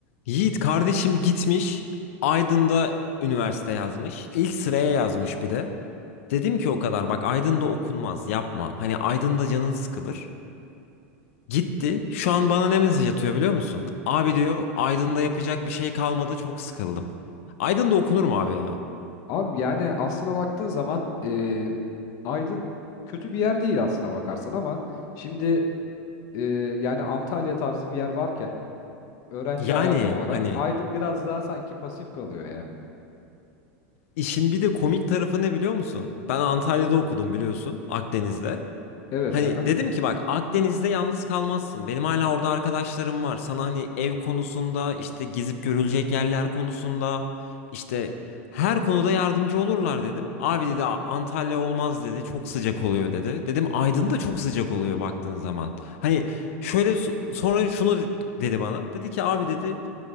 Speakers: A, on the left; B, on the left.
A: Yiğit kardeşim gitmiş. Aydın'da üniversite yazmış. İlk sıraya yazmış bir de. Dedim ki o kadar bak Aydın'da okunmaz yapma. Hani Aydın'da canın sıkılır. Gitti. Şu an bana ne mesaj atıyor biliyor musun? Abi diyor Aydın'da yapacak bir şey kalmadı çok sıkıldım. Aydın'da okunur mu abi ya?
B: Abi yani aslına baktığın zaman e, Aydın kötü bir yer değil aslına bakarsan ama şimdi e, yani Antalya tarzı bir yer varken öğrenci
A: Yani
B: hayatı olarak
A: hani
B: Aydın biraz daha sanki pasif kalıyor ya.
A: işin bir de komik tarafı ne biliyor musun? Ben Antalya'da okudum biliyorsun Akdeniz'de.
B: Evet
A: Hani
B: aha.
A: dedim ki bak Akdeniz'de yalnız kalmazsın. Benim hala orada arkadaşlarım var. Sana hani ev konusunda, işte gezip görülecek yerler konusunda, işte her konuda yardımcı olurlar dedim. Abi dedi "A- Antalya olmaz dedi. Çok sıcak oluyor dedi. Dedim Aydın da çok sıcak oluyor baktığın zaman. Hani şöyle so- sonra şunu de- dedi bana. Dedi ki abi dedi